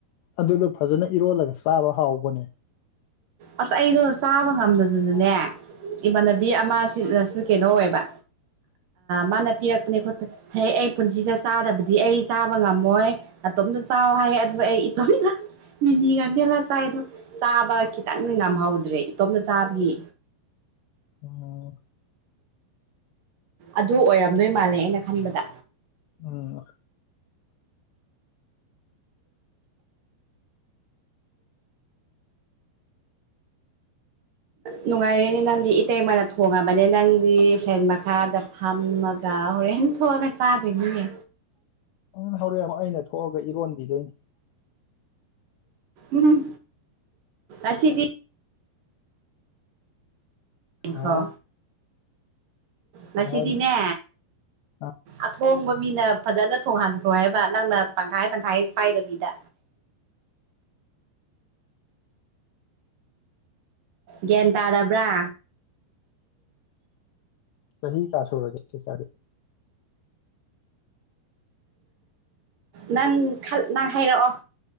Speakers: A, on the left; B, on the right.
A: ꯑꯗꯨꯗꯣ ꯐꯖꯅ ꯏꯔꯣꯜꯂꯒ ꯆꯥꯕ ꯍꯥꯎꯕꯅꯦ
B: ꯑꯁ ꯑꯩꯗꯣ ꯆꯥꯕ ꯉꯝꯗꯗꯅꯅꯦ ꯏꯃꯥꯟꯅꯕꯤ ꯑꯃꯁꯤꯗꯁꯨ ꯀꯩꯅꯣ ꯑꯣꯏꯕ ꯃꯥꯅ ꯄꯤꯔꯛꯄꯅꯦ ꯈꯣꯠꯄ ꯍꯦꯛ ꯑꯩ ꯄꯨꯟꯁꯤꯗ ꯆꯥꯗꯕꯗꯤ ꯑꯩ ꯆꯥꯕ ꯉꯝꯃꯣꯏ ꯏꯇꯣꯝꯗ ꯆꯥꯎ ꯍꯥꯏ ꯑꯗꯨꯒ ꯑꯩ ꯏꯇꯣꯝ ꯃꯤꯃꯤꯒ ꯂ ꯆꯥꯏꯗꯣ ꯆꯥꯕ ꯈꯤꯇꯪ ꯉꯝꯍꯧꯗ꯭ꯔꯦ ꯏꯇꯣꯝꯇ ꯆꯥꯕꯒꯤ
A: ꯑꯣ
B: ꯑꯗꯨ ꯑꯣꯏꯔꯝꯗꯣꯏ ꯃꯥꯜꯂꯦ ꯑꯩꯅ ꯈꯟꯕꯗ
A: ꯎꯝ
B: ꯅꯨꯡꯉꯥꯏꯔꯦꯅꯦ ꯅꯪꯗꯤ ꯏꯇꯩꯃꯅ ꯊꯣꯡꯉꯕꯅꯦ ꯅꯪꯗꯤ ꯐꯦꯟ ꯃꯈꯥꯗ ꯐꯝꯃꯒ ꯍꯣꯔꯦꯟ ꯊꯣꯛꯑꯒ ꯆꯥꯗꯣꯏꯅꯤꯅꯦ
A: ꯑꯪ ꯍꯧꯔꯛꯑ ꯑꯃꯨꯛ ꯑꯩꯅ ꯊꯣꯛꯑꯒ ꯏꯔꯣꯟꯕꯤꯗꯣꯏꯅꯤ
B: ꯎꯝ ꯑꯁꯤꯗꯤ ꯅꯤꯡꯤꯡꯈ꯭ꯔꯥ
A: ꯍꯥ
B: ꯉꯁꯤꯗꯤꯅꯦ
A: ꯀꯩ ꯍꯥꯏꯅꯣ ꯑ
B: ꯑꯊꯣꯡꯕ ꯃꯤꯅ ꯐꯖꯅ ꯊꯣꯡ ꯍꯥꯟꯈ꯭ꯔꯣ ꯍꯥꯏꯕ ꯅꯪꯅ ꯇꯪꯈꯥꯏ ꯇꯪꯈꯥꯏ ꯄꯥꯏꯗꯕꯤꯗ ꯒ꯭ꯌꯥꯟ ꯇꯥꯔꯕ꯭ꯔꯥ
A: ꯆꯥꯍꯤ ꯀꯥꯌ ꯁꯧꯔꯒꯦ ꯁꯨꯇꯗꯤ
B: ꯅꯪ ꯅꯪ ꯍꯥꯏꯔꯛꯑꯣ